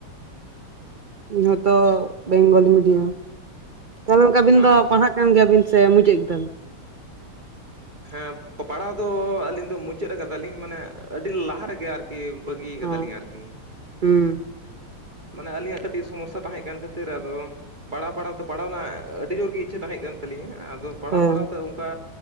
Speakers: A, on the right; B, on the right.
A: ᱡᱷᱚᱛᱚ ᱵᱮᱝᱜᱚᱞᱤ ᱢᱤᱰᱤᱭᱟᱢ ᱛᱟᱦᱚᱞᱮ ᱜᱚᱢᱠᱮ ᱟᱵᱤᱱ
B: ᱦᱮᱸ
A: ᱫᱚ ᱯᱟᱲᱦᱟᱜ ᱠᱟᱱ ᱜᱮᱭᱟᱵᱤᱱ ᱥᱮ ᱢᱩᱪᱟᱹᱫ ᱠᱮᱫᱟᱵᱤᱱ
B: ᱦᱮᱸᱯᱟᱲᱟᱣ ᱫᱚ ᱟᱹᱞᱤᱧ ᱫᱚ ᱢᱩᱪᱟᱹᱫ ᱢᱩᱪᱟᱫ ᱠᱟᱫᱟᱞᱤᱧ ᱢᱟᱱᱮ ᱟᱹᱰᱤ ᱞᱟᱦᱟ ᱨᱮᱜᱮ ᱟᱨᱠᱤ ᱵᱟᱹᱜᱤ ᱠᱟᱫᱟᱞᱤᱧ
A: ᱚ
B: ᱟᱨᱠᱤ
A: ᱦᱩᱸ
B: ᱢᱟᱱᱮ ᱟᱹᱞᱤᱧᱟᱜ ᱠᱟᱹᱴᱤᱡ ᱥᱚᱢᱚᱥᱥᱟ ᱛᱟᱦᱮᱸ ᱠᱟᱱ ᱠᱷᱟᱹᱛᱤᱨ ᱟᱫᱚ ᱯᱟᱲᱦᱟᱣ ᱯᱟᱲᱦᱟᱣ ᱛᱮ ᱯᱟᱲᱦᱟᱣ ᱨᱮᱱᱟᱜ ᱟᱹᱰᱤ ᱡᱳᱨ ᱜᱮ ᱤᱪᱪᱷᱟᱹ ᱛᱟᱦᱮᱸ ᱠᱟᱱ ᱛᱟᱹᱞᱤᱧᱟ ᱟᱫᱚ ᱯᱟᱲᱦᱟᱣ
A: ᱦᱮᱸ
B: ᱯᱟᱲᱦᱟᱣ ᱛᱮ ᱚᱱᱠᱟ